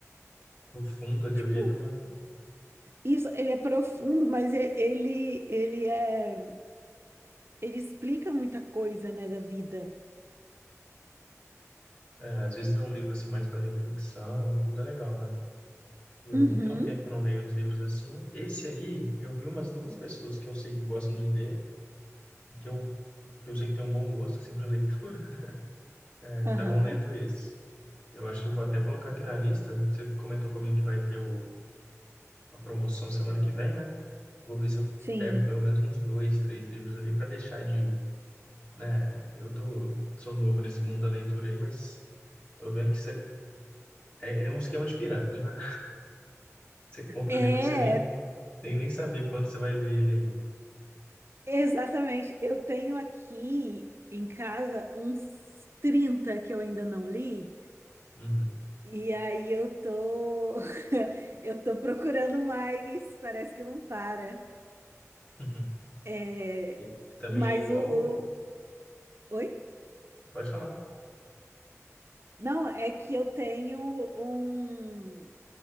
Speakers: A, on the left; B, on the right.
A: no fundo ali
B: tipo,
A: o livro, né?
B: isso, ele é profundo, mas e- ele, ele é, ele explica muita coisa, né, da vida.
A: É, às vezes é um livro assim mais para reflexão, tudo é legal, né? Eu
B: Uhum,
A: tenho um tempo que não leio os livros assim. Esse aí, eu vi umas duas pessoas que eu sei que gostam de ler, que eu, que eu sei que tem um bom gosto assim para leitura, <laughs> é, que
B: aham,
A: estavam lendo esse. Eu acho que eu vou até colocar aqui na lista. Você comentou comigo que vai ter o, a promoção semana que vem, né? Vou ver se eu
B: sim.
A: pego pelo menos uns dois, três livros ali para deixar de, né? Eu tô, sou novo nesse mundo da leitura aí, mas tô vendo que você, é, é é um esquema de pirâmide, né? Você compra
B: É,
A: o livro que você nem, nem, nem saber quando você vai ler ele ainda.
B: exatamente. Eu tenho aqui em casa uns 30 que eu ainda não li.
A: Uhum.
B: E aí eu tô <laughs> eu tô procurando mais, parece que não para.
A: <laughs>
B: É,
A: E, e também
B: mas
A: é igual,
B: o, o- Oi?
A: pode falar.
B: Não, é que eu tenho um